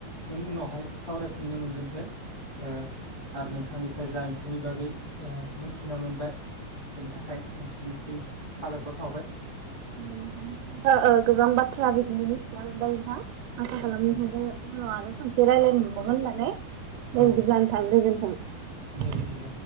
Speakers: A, on the left; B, on the right.
A: जों उनावहाय सावरायफिननो मोनगोनखो ओ आरो नों थांनिफ्राय जा एम्फौनि बागै ओ मोनथिना मोनबाय बेनि थाखाय सिम साबायखर थाबाय
B: नोंथांनिफ्रायबो ओ गोबां बाथ्रा बिदिनो मिथिना मोनबाय नोंथां आसा खालामनाय
A: औ
B: थाबाय उनाव आरो खनसे रायलायनो मोनबावगोन होननानै
A: औ
B: दे बिदिब्ला नोंथां गोजोनथों।
A: दे बिदिब्ला